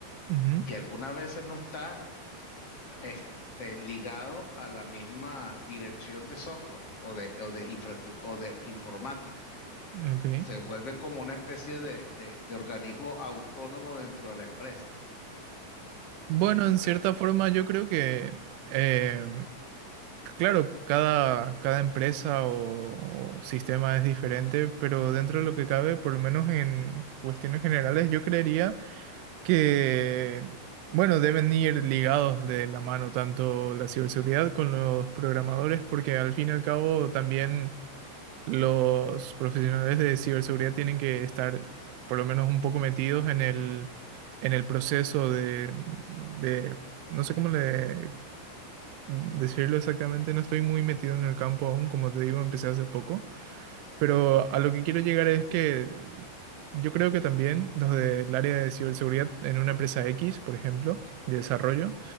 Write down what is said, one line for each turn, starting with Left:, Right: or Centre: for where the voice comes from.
Right: Ujú,
Left: que algunas veces no está este, ligado a la misma dirección de software o de, o de infraestructura o de informática.
Right: ok.
Left: Se vuelve como una especie de, de- de organismo autónomo dentro de la empresa.
Right: Bueno,
Left: Y
Right: en
Left: me-
Right: cierta forma yo creo que, eh, claro, cada, cada empresa o, o sistema es diferente, pero dentro de lo que cabe, por lo menos en cuestiones generales, yo creería que, bueno, deben ir ligados de la mano tanto la ciberseguridad con los programadores, porque al fin y al cabo también... los profesionales de ciberseguridad tienen que estar por lo menos un poco metidos en el, en el proceso de, de- no sé cómo le decirlo exactamente, no estoy muy metido en el campo aún, como te digo, empecé hace poco, pero a lo que quiero llegar es que yo creo que también los del área de ciberseguridad en una empresa X, por ejemplo, de desarrollo,